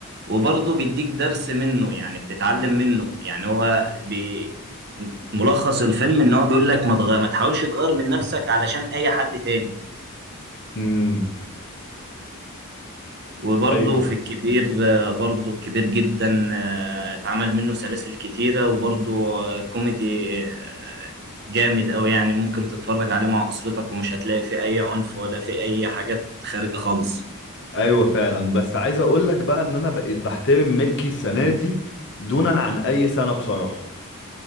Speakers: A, on the right; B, on the left.
A: وبرضه بيديك درس منه يعني بتتعلم منه يعني هو بي ملخص الفيلم ان هو بيقول لك ما تغ... ما تحاولش تغير من نفسك علشان اي حد تاني
B: امم
A: وبرضه
B: أيوه.
A: في الكبير آه، برضه الكبير جدا آه، اتعمل منه سلاسل كتيرة وبرضه آه، كوميدي آه، جامد أوي يعني ممكن تتفرج عليه مع أسرتك ومش هتلاقي فيه أي عنف ولا فيه أي حاجات خارجة خالص
B: ايوه فعلا بس عايز اقول لك بقى ان انا بقيت بحترم ميكي السنه دي دونا عن اي سنه بصراحه